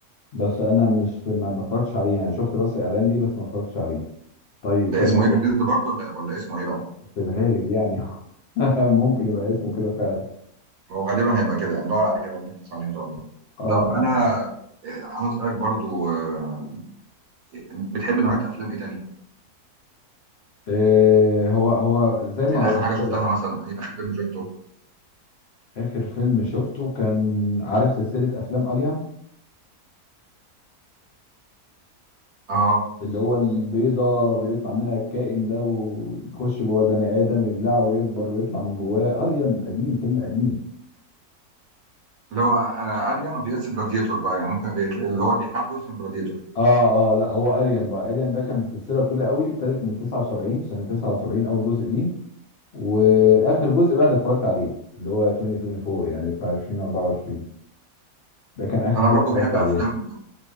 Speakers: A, on the left; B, on the right.
A: بس انا مش ما ما اتفرجتش عليه يعني شفت بس اعلان ليه بس ما اتفرجتش عليه طيب
B: ده
A: تمام
B: اسمه ايفل ديد برضه ولا ولا اسمه ايه بقى؟
A: في الغالب يعني <laughs> ممكن يبقى اسمه كده فعلا
B: هو غالبا هيبقى كده يعني ندور عليه ونبحث عليه ان شاء الله
A: اه
B: طب
A: اه
B: انا آه، عاوز اسالك برضو آه، بتحب نوعيه افلام ايه تاني
A: إيه هو هو زي ما
B: يعني
A: وضحت
B: اخر حاجه شفتها
A: لك
B: مثلا ايه اخر فيلم شفته
A: اخر فيلم شفته كان عارف سلسلة افلام اليان
B: اه
A: اللي هو البيضة بيطلع منها الكائن ده ويخش جوه البني ادم يبلعه ويكبر ويطلع من جواه اليان قديم فيلم قديم
B: اللي هو الين في اس جلاديتور بقى يعني ممكن بيتل... اللي هو اللي بيحاربوا اسمه جلاديتور
A: اه اه لا هو اليان بقى اليان ده كان سلسلة طويلة قوي ابتدت من 79 سنة 79 اول جزء دي واخر جزء بقى اللي اتفرجت عليه اللي هو 2024 يعني بتاع 2024 ده كان اخر
B: انا
A: حاجه
B: برضو
A: اتفرجت
B: بحب
A: عليها
B: افلام